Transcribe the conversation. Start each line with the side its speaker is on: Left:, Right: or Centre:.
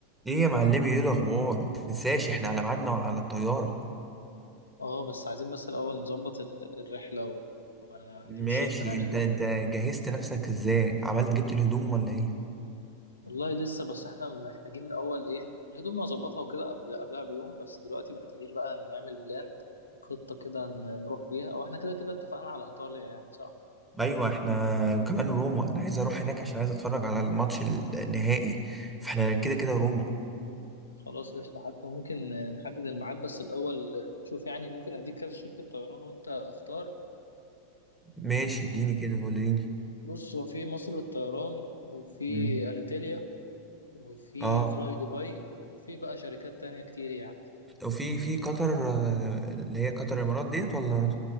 Centre: ايه يا معلمي ايه الاخبار ما تنساش احنا على ميعادنا وعلى الطياره
Left: اه بس عايزين بس الاول نظبط ال- الرحله وال- وهنمشي
Centre: ماشي
Left: هنعمل
Centre: انت
Left: ايه
Centre: انت
Left: كده
Centre: جهزت نفسك ازاي عملت جبت الهدوم ولا ايه
Left: والله لسه بس احنا محتاجين الاول ايه الهدوم نظبطها وكده قبل قبلها بيوم بس دلوقتي محتاجين بقى نعمل بلان خطه كده ن- نروح بيها او احنا كده كده اتفقنا على ايطاليا يعني صح
Centre: ايوه احنا كمان روما انا عايز اروح هناك عشان عايز اتفرج على الماتش النهائي فاحنا كده كده روما
Left: خلاص قشطه حتى ممكن نحدد الميعاد بس الاول شوف يعني ممكن اديك كذا شركه طيران وانت اختار
Centre: ماشي اديني كده وريني
Left: بص هو في مصر للطيران وفي
Centre: مم.
Left: اليتيليا وفي
Centre: اه
Left: فلاي دبي وفي بقى شركات تانية كتير يعني
Centre: وفي في قطر آه، اللي هي قطر الامارات ديت ولا